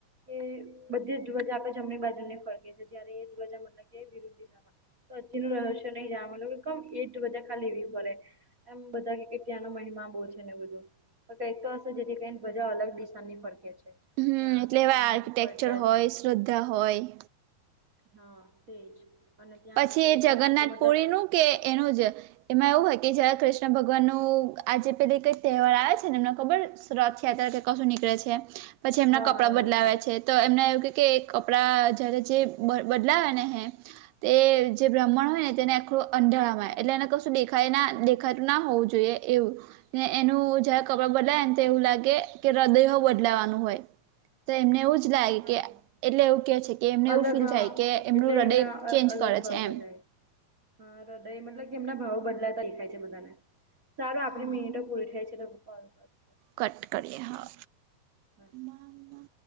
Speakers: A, on the right (about 35°); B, on the right (about 85°).
A: એ બધે જ ધુવજા આપડે જમણી બાજુ ને ફરકે છે જ્યારે એ ધ્વજા મતલબ કે વિરુદ્ધિ ના. તો સાચી નું રહસ્ય નહી જલું કેમ એટ બજા ખાલી એવી પડે એમ બધા ત્યાંનો મહિમા બહુ છે ને બધું તો કંઈક તો હશે જેથી કઈને ધજા અલગ દિશાની ફરખે છે.
B: હમ
A: ત્યાં આગળ
B: એટલે એવા
A: એમના
B: આર્કિટેક્ચર
A: પછી પર્ચા
B: હોય
A: છે.
B: શ્રદ્ધા હોય
A: હા તેજ અને ત્યાં
B: પછી
A: આગળ
B: એ
A: કઈ
B: જગન્નાથપુરીનું
A: પણ આપણે મતલબ
B: કે એનુજ. એમાં એવું હોય કે જયારે કૃષ્ણ ભગવાન નુ આજે પેલા કઈક તેહવાર આવે છે ને એમને ખબર. રથ યાત્રા કે કશું નીકળે છે પછી એમના
A: હા
B: કપડા
A: હા રાશિયા
B: બદલાવે છે. તો એમને એવું ક કે કપડાં જયારે જે બ બદલાવે ને હે તે જે બ્રાહ્મણ હોય ને તેને આખું અંધાળામાંય એટલે એને કશું દેખાય ના દેખાતું ના હોવું જોઈએ એવું. ને એનું જયારે કપડાં બદલાય ને તો એવું લાગે કે હૃદય બદલાવાનું હોય. તો એમને એવું જ લાગે
A: હા
B: કે એટલે એવું કે છે કે એમને
A: અલગ
B: એવું ફીલ
A: હા
B: થાય કે એમનું
A: એટલે
B: હૃદય
A: એમના
B: ચેન્જ
A: અલગ
B: કરે
A: ભાવ
B: છે
A: બઘાય
B: એમ
A: હા હૃદય મતલબ કે એમના ભાવો બદલાતા દેખાય છે બધાને. સારું
B: હા
A: આપણે મિનટો પુરી થાય છે પછે કોલ કરુ.
B: કટ કરીએ હા.
A: હા.
B: મામા